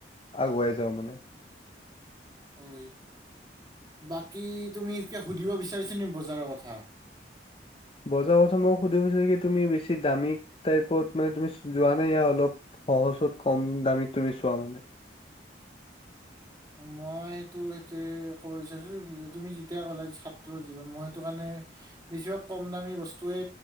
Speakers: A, on the left; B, on the right.
A: আগুৱাই যাওঁ মানে।
B: হয়। বাকী তুমি কিবা সুধিব বিচাৰিছ নিকি বজাৰৰ কথা?
A: বজাৰ কথা মই সুধিব বিচাৰিছো কি তুমি বেছি দামী টাইপত মানে তুমি যোৱা নে এ অলপ সহজত কম দামীত তুমি চোৱা মানে?
B: মই সেইটো সেইটোৱে ক'ব বিচাৰিছো তুমি যেতিয়া কলা ছাত্ৰ জীৱন মই সেইটো কাৰণে বেছিভাগ কম দামী বস্তুয়ে